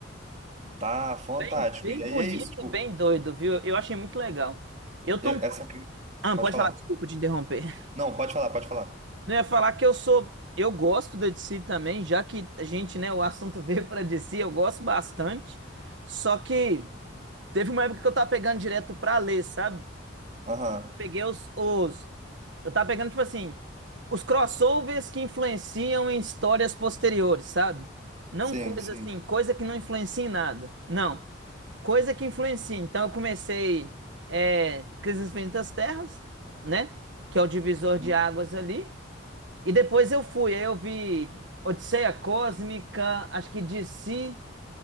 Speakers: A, on the right; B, on the right.
A: tá fantástico.
B: Bem, bem
A: E aí
B: bonito
A: é isso, tipo,
B: e bem doido, viu? Eu achei muito legal. Eu tô
A: e-
B: um... pouco-
A: essa... que-
B: Ah,
A: Pode
B: pode
A: falar.
B: falar, desculpa te interromper. <laughs>
A: Não, pode falar, pode falar.
B: Não eu ia falar que eu sou. Eu gosto da DC também, já que a gente, né, o assunto <laughs> veio pra DC, eu gosto bastante. Só que teve uma época que eu tava pegando direto pra ler, sabe?
A: Aham,
B: Peguei os, os. Eu tava pegando, tipo assim, os crossovers que influenciam em histórias posteriores, sabe? Não
A: sim,
B: coisa
A: sim.
B: assim, coisa que não influencia em nada. Não, coisa que influencia. Então eu comecei é, Crise nas Infinitas Terras, né? Que é o divisor
A: Hum,
B: de águas ali. E depois eu fui, aí eu vi Odisseia Cósmica, acho que DC,